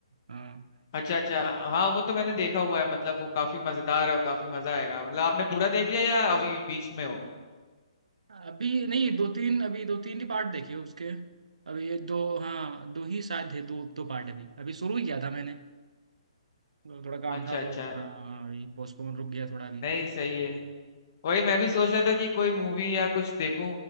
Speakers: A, on the right; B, on the left.
A: हाँ
B: अच्छा अच्छा हाँ वो तो मैंने देखा हुआ है मतलब वो काफी मजेदार है और काफी मजा आएगा मतलब आपने पूरा देख लिया या अभी बीच में हो
A: अभी नहीं दो तीन अभी दो तीन ही पार्ट देखे उसके अभी ये दो हाँ दो ही शायद थे दो दो पार्ट अभी अभी शुरू ही किया था मैंने थोड़ा काम
B: अच्छा
A: था
B: अच्छा
A: तो हाँ अभी पोस्टपोन रुक गया थोड़ा अभी
B: नहीं सही है वही मैं भी सोच रहा था कि कोई मूवी या कुछ देखूं